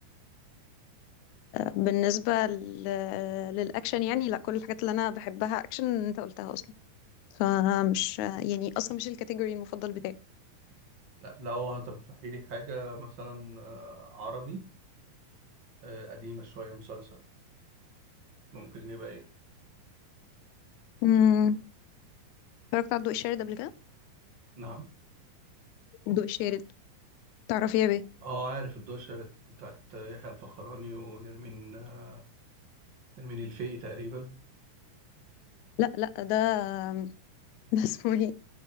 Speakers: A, on the left; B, on the right.
A: بالنسبة لل- للأكشن يعني لا كل الحاجات اللي أنا بحبها أكشن أنت قلتها أصلا فمش يعني أصلا مش الكاتيجوري المفضل بتاعي
B: لا لو هترشحي لي حاجة مثلا آه، عربي آه، قديمة شوية مسلسل ممكن يبقى ايه
A: أمم، اتفرجت على الضوء الشارد قبل كده
B: نعم
A: الضوء الشارد تعرفي يا بيه
B: اه عارف الدوشة بتاعت يحيى الفخراني ونرمين آه، نرمين الفقي تقريبا
A: لا لا ده <laughs> ده اسمه ايه